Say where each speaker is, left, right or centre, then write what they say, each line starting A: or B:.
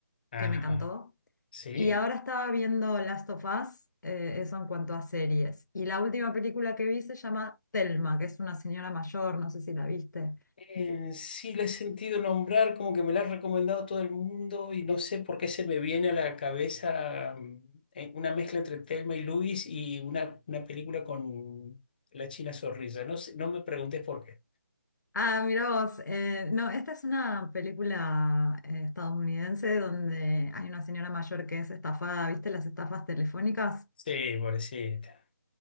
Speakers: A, on the left; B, on the left.
A: Ajá.
B: que me encantó.
A: ¿Sí?
B: Y ahora estaba viendo Last of Us, eh, eso en cuanto a series. Y la última película que vi se llama Thelma, que es una señora mayor, no sé si la viste.
A: Eh, sí, la he sentido nombrar, como que me la ha recomendado todo el mundo y no sé por qué se me viene a la cabeza mm, eh, una mezcla entre Thelma y Luis y una, una película con la China Zorrilla. No sé, no me preguntes por qué.
B: Ah, mira vos, eh, no, esta es una película eh, estadounidense donde hay una señora mayor que es estafada, ¿viste las estafas telefónicas?
A: Sí, pobrecita.